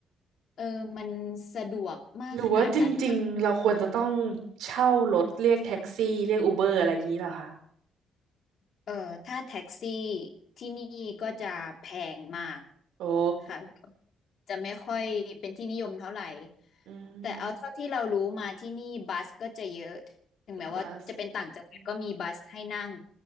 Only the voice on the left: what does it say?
เออมันสะดวกมากขนาดนั้น
เออถ้าแท็กซี่ที่นี่ก็จะแพงมาก
ค่ะจะไม่ค่อยเป็นที่นิยมเท่าไหร่
แต่เอาเท่าที่เรารู้มาที่นี่บัสก็จะเยอะถึงแม้ว่าจะเป็นต่างจังหวัดก็มีบัสให้นั่ง